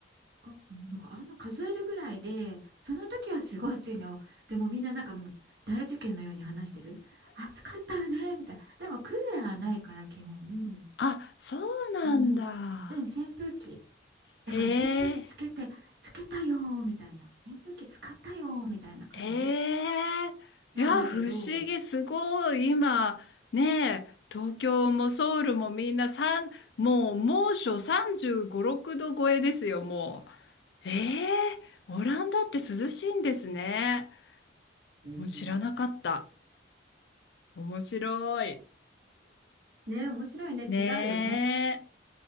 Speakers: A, on the right; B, on the left.
A: がなんかあんま数えるぐらいでその時はすごい暑いのよでもみんななんかもう大事件のように話してる暑かったよねみたいなでもクーラーないから基本、うん
B: あ、そうなんだ。
A: あのうん扇風機だから扇風機つけてつけたよーみたいな扇風機使ったよーみたいな感じ
B: へえ、ええいや、
A: なんだけど
B: 不思議、すごい、今、ねえ、東京もソウルもみんな三もう猛暑35、6度超えですよ、もう。ええオランダって涼しいんですね。
A: うん。
B: もう知らなかった。面白い。
A: ね面白いね違うよね
B: ねえ。